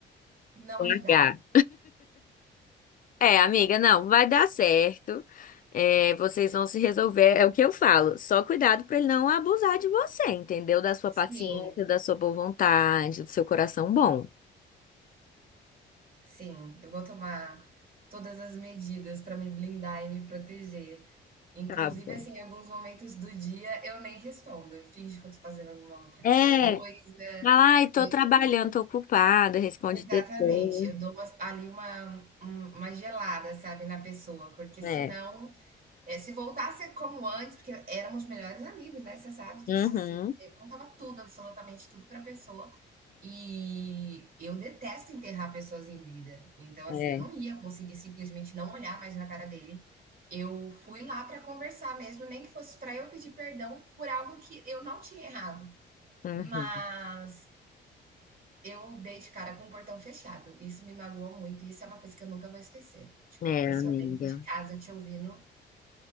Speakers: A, on the right (about 45°); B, on the left (about 45°).
A: não
B: Com
A: ajudar.
B: H. É, amiga, não, vai dar certo. É, vocês vão se resolver. É o que eu falo. Só cuidado para ele não abusar de você, entendeu? Da sua
A: Sim.
B: paciência, da sua boa vontade, do seu coração bom.
A: Sim, eu vou tomar todas as medidas para me blindar e me proteger. Inclusive,
B: Tá bom.
A: assim, em alguns momentos do dia eu nem respondo, eu finjo que eu tô fazendo alguma outra
B: É.
A: coisa.
B: Fala, ai, tô
A: E
B: trabalhando, tô ocupada, responde
A: exatamente,
B: depois.
A: eu dou umas ali uma um uma gelada, sabe, na pessoa, porque senão
B: É.
A: é, se voltasse como antes, porque éramos melhores amigos, né? Você sabe disso,
B: Uhum.
A: assim. Eu contava tudo, absolutamente tudo pra pessoa. E eu detesto enterrar pessoas em vida. Então, assim,
B: É.
A: eu não ia conseguir simplesmente não olhar mais na cara dele. Eu fui lá pra conversar mesmo, nem que fosse pra eu pedir perdão por algo que eu não tinha errado.
B: Uhum.
A: Mas eu dei de cara com o portão fechado. Isso me magoou muito. e Isso é uma coisa que eu nunca vou esquecer. Tipo,
B: É,
A: a pessoa
B: amiga.
A: dentro de casa te ouvindo